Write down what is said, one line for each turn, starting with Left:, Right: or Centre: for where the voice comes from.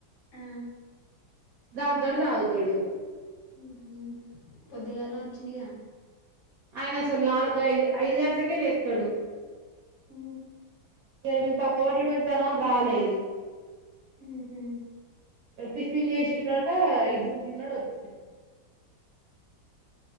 Left: ఆ
Right: దాన్ తోటి తాగుతాడు
Left: ఉ హు పొద్దిగాల్నే వచ్చిందిగా
Right: ఆయన అసలు నాలుగు ఐదు ఐదు గంటలకే లేత్తాడు.
Left: ఉ
Right: ఇయాళ్ల మేము పక్క ఓట్లు పిండుతన్నం అని రాలేదు.
Left: ఉ హు
Right: టిఫిన్ చేసేసక ఇడ్లీలు తిన్నాడు వచ్చిన్